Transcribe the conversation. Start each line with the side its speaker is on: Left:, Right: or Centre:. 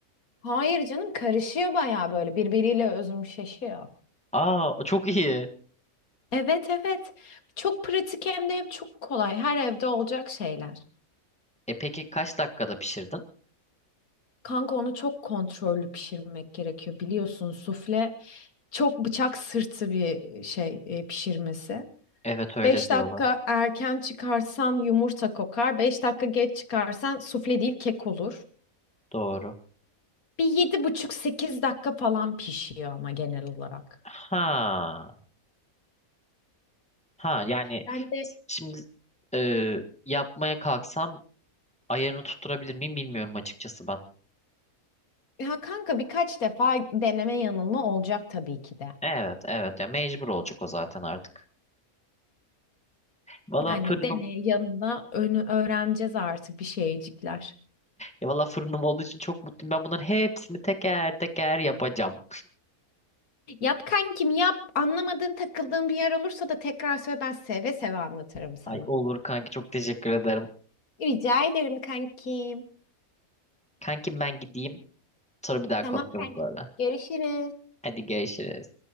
Left: Hayır canım karışıyor bayağı böyle birbiriyle özümşeşiyor.
Centre: Aa çok iyi.
Left: Evet evet. Çok pratik hem de hep çok kolay. Her evde olacak şeyler.
Centre: E peki kaç dakikada pişirdin?
Left: Kanka onu çok kontrollü pişirmek gerekiyor. Biliyorsun sufle çok bıçak sırtı bir şey e, pişirmesi.
Centre: Evet öyle
Left: beş
Centre: diyorlar.
Left: dakika erken çıkarsan yumurta kokar. beş dakika geç çıkarsan sufle değil kek olur.
Centre: Doğru.
Left: Bir yedi buçuk sekiz dakika falan pişiyor ama genel olarak.
Centre: Ha. Ha yani
Left: Ben de
Centre: şimdi e, yapmaya kalksam ayarını tutturabilir miyim bilmiyorum açıkçası ben.
Left: ya kanka birkaç defa deneme yanılma olacak tabii ki de.
Centre: Evet evet ya mecbur olacak o zaten artık. Valla
Left: Yani
Centre: fırınım,
Left: deney yanında önü öğreneceğiz artık bir şeycikler.
Centre: ya valla fırınım olduğu için çok mutluyum. Ben bunların hepsini teker teker yapacağım.
Left: Yap kankim yap. Anlamadığın takıldığın bir yer olursa da tekrar söyle ben seve seve anlatırım sana.
Centre: Ay olur kanki çok teşekkür ederim.
Left: Rica ederim kankim.
Centre: Kankim ben gideyim. Sonra bir daha
Left: Tamam
Centre: konuşalım
Left: kankim.
Centre: sonra.
Left: Görüşürüz.
Centre: Hadi görüşürüz.